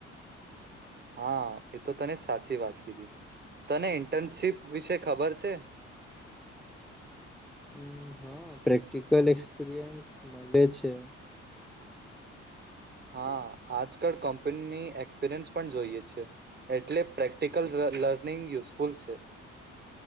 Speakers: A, on the right; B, in the centre.
A: હા એ તો તને સાચી વાત કીધી, તને ઇન્ટર્નશીપ વિશે ખબર છે?
B: હમ્મ હા પ્રેક્ટિકલ એક્સપિરિયન્સ મળે છે.
A: હા આજકાલ કંપની એક્સપિરિયન્સ પણ જોઈએ છે, એટલે પ્રેક્ટિકલ લ લ લર્નિંગ યુઝફુલ છે.